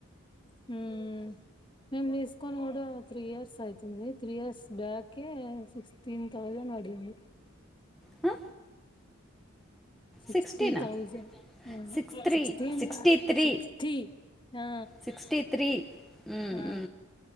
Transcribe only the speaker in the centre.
అ
సిక్స్టీనా
సిక్స్ త్రీ
సిక్స్టీ
త్రీ
సిక్స్టీ త్రీ ఊ
ఊ